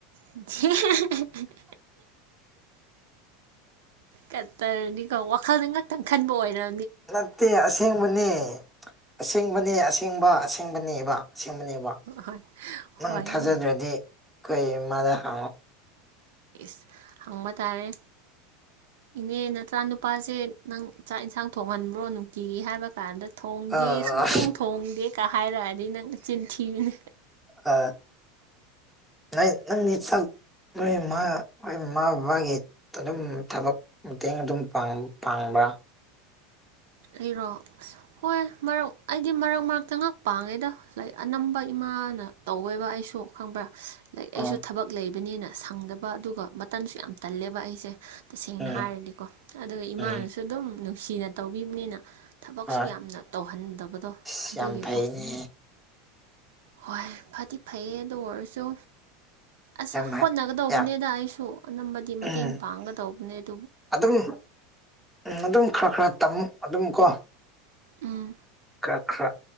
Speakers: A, on the right; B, in the centre.
A: <unintelligible> ꯇꯔꯅꯤꯀꯣ ꯋꯥꯈꯜꯗꯤ ꯉꯥꯛꯇꯪ ꯈꯟꯕ ꯑꯣꯏꯔ
B: ꯅꯠꯇꯦ ꯑꯁꯦꯡꯕꯅꯦ ꯑꯁꯦꯡꯕꯅꯤ ꯑꯁꯦꯡꯕ ꯑꯁꯦꯡꯕꯅꯦꯕ ꯁꯦꯝꯦꯡꯕꯅꯦꯕ
A: ꯍꯣꯏ
B: ꯅꯪ
A: ꯍꯣꯏꯅꯦ
B: ꯊꯥꯖꯗ꯭ꯔꯗꯤ ꯑꯩꯈꯣꯏꯃꯗ ꯍꯥꯡꯉꯣ
A: ꯁ ꯍꯪꯕ ꯇꯥꯔꯦ ꯏꯅꯦꯅ ꯏꯆꯥ ꯅꯨꯨꯄꯥꯁꯦ ꯅꯪ ꯆꯥꯛ ꯏꯟꯁꯥꯡ ꯊꯣꯡꯍꯟꯕ꯭ꯔꯣ ꯅꯨꯡꯇꯤꯒꯤ ꯍꯥꯏꯕ ꯀꯥꯟꯗ ꯊꯣꯡꯗꯦ
B: ꯑꯥ
A: ꯁꯨꯡꯊꯣꯡ ꯊꯣꯡꯗꯦ ꯀ ꯍꯥꯏꯔꯛꯑꯗꯤ ꯅꯪꯅ ꯆꯤꯟ ꯊꯤꯕꯅꯦ
B: ꯑ ꯅꯪ ꯅꯪ ꯒꯤ ꯆꯛ ꯍꯣꯏ ꯃꯥ ꯍꯣꯏ ꯏꯃꯥ ꯕꯕꯥꯒꯤ ꯑꯗꯨꯝ ꯊꯕꯛ ꯃꯇꯦꯡ ꯑꯗꯨꯝ ꯄꯥꯥꯡ ꯄꯥꯡ ꯕ
A: ꯑꯩꯔꯣ ꯑꯁ ꯍꯣꯏ ꯃꯔꯛ ꯑꯩꯗꯤ ꯃꯔꯛ ꯃꯔꯛꯇ ꯉꯥꯛ ꯄꯥꯡꯉꯦꯗ ꯂꯥꯏꯛ ꯑꯅꯝꯕ ꯏꯃꯥꯅ ꯇꯧꯋꯦꯕ ꯑꯩꯁꯨ ꯈꯪꯕ꯭ꯔꯥ ꯂꯥꯏꯛ ꯑꯩꯁꯨ
B: ꯑꯣ
A: ꯊꯕꯛ ꯂꯩꯕꯅꯤꯅ ꯁꯪꯗꯕ ꯑꯗꯨꯒ ꯃꯇꯟꯁꯨ ꯌꯥꯝ ꯇꯜꯂꯦꯕ ꯑꯩꯁꯦ ꯇꯁꯦꯡꯅ
B: ꯎꯝ
A: ꯍꯥꯏꯔꯗꯤꯀꯣ ꯑꯗꯨꯒ ꯏꯃꯥꯅꯁꯨ
B: ꯎꯝ
A: ꯑꯗꯨꯝ ꯅꯨꯡꯁꯤꯅ ꯇꯧꯕꯤꯝꯅꯤꯅ ꯊꯕꯛꯁꯨ
B: ꯍꯣꯏ
A: ꯌꯥꯝꯅ ꯇꯧꯍꯟꯗꯕꯗꯣ
B: ꯑꯁ
A: ꯑꯗꯨꯒꯤꯀꯣ
B: ꯌꯥꯝ ꯐꯩꯅꯦ
A: ꯍꯣꯏ ꯐꯗꯤ ꯐꯩꯌꯦ ꯑꯗꯨ ꯑꯣꯏꯔꯁꯨ ꯑꯁ
B: ꯌꯥꯝ
A: ꯍꯣꯠꯅꯒꯗꯧꯕꯅꯦꯗ
B: ꯌꯥꯝ
A: ꯑꯩꯁꯨ ꯑꯅꯝꯕꯗꯤ ꯃꯇꯦꯡ
B: ꯎꯝ
A: ꯄꯥꯡꯒꯗꯧꯕꯅꯦꯗ
B: ꯑꯗꯨꯝ ꯎꯝ ꯑꯗꯨꯝ ꯈꯔ ꯈꯔ ꯇꯝꯃꯨ ꯑꯗꯨꯝ ꯀꯣ
A: ꯎꯝ
B: ꯈ ꯈꯔ